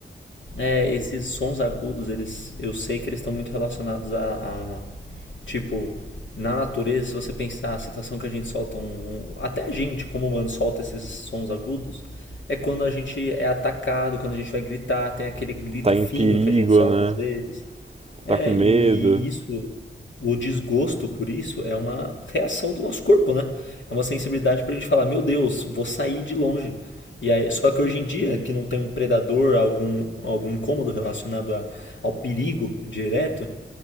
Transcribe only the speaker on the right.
tá em
perigo,
né?
Tá com medo.